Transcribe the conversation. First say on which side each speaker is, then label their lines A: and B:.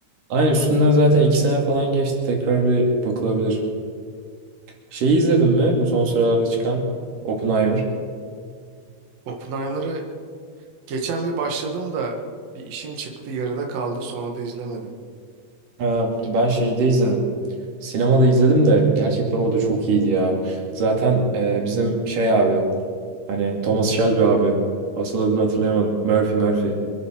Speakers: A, on the right (about 50°); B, on the right (about 75°).
A: Aynen üstünden zaten iki sene falan geçti. Tekrar bir bakılabilir. Şeyi izledin mi? Bu son sıralarda çıkan Oppenheimer.
B: Oppenheimer'ı geçen bir başladım da bir işim çıktı yarıda kaldı sonra da izlemedim.
A: Ha, ben şeyde izledim. Sinemada izledim de gerçekten o da çok iyiydi ya. Zaten e, bizim şey abi hani Thomas Shelby abi Asıl adını hatırlayamadım. Murphy Murphy.